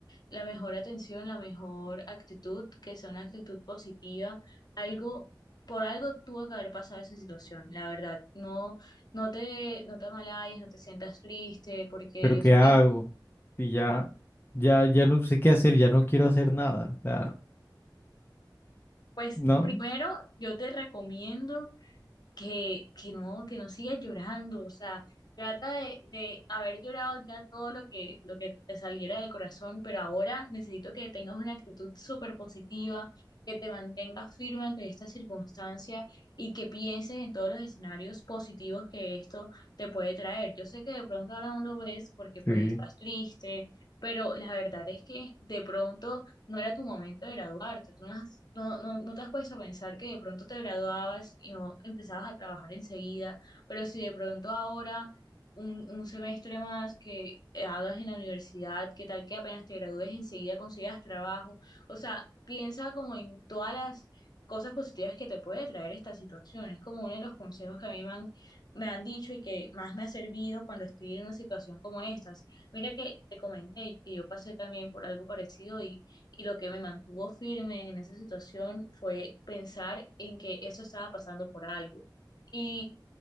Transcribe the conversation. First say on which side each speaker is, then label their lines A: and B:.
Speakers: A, on the left; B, on the left.
A: la mejor atención, la mejor actitud, que sea una actitud positiva, algo, por algo tuvo que haber pasado esa situación, la verdad, no, no te, no te amalayes, no te sientas triste, porque
B: Pero
A: yo
B: ¿qué
A: sé
B: hago?
A: que
B: Y ya, ya, ya no sé qué hacer, ya no quiero hacer nada. O sea,
A: Pues
B: ¿no?
A: primero yo te recomiendo que, que no, que no sigas llorando, o sea, trata de, de haber llorado ya todo lo que, lo que te saliera del corazón, pero ahora necesito que tengas una actitud súper positiva, que te mantengas firme ante esta circunstancia y que pienses en todos los escenarios positivos que esto te puede traer. Yo sé que de pronto ahora no lo ves porque pues
B: Sí.
A: estás triste, pero la verdad es que de pronto no era tu momento de graduarte, tú no, has- no, no, no te has puesto a pensar que de pronto te graduabas y no empezabas a trabajar enseguida, pero si de pronto ahora un, un semestre más que hagas en la universidad, qué tal que apenas te gradúes enseguida consigas trabajo, o sea, piensa como en todas las cosas positivas que te puede traer esta situación, es como uno de los consejos que a mí me han, me han dicho y que más me ha servido cuando estoy en una situación como estas. Mira que te comenté que yo pasé también por algo parecido y y lo que me mantuvo firme en esa situación fue pensar en que eso estaba pasando por algo. Y